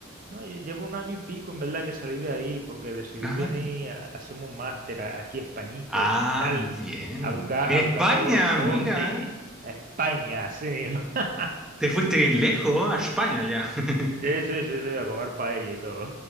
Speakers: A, on the right; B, in the centre.
A: No, lle- llevo un año y pico en verdad que salí de ahí porque decidí
B: Ajá.
A: venir a a hacerme un máster a- aquí a Españita
B: Ah,
A: y tal,
B: muy bien.
A: a buscar,
B: España,
A: a buscar nuevo horizonte,
B: mira.
A: a España, sí. <laughs>
B: Te fuiste bien lejos, a España ya. <laughs>
A: Sí, sí, sí, sí, a comer paella y todo.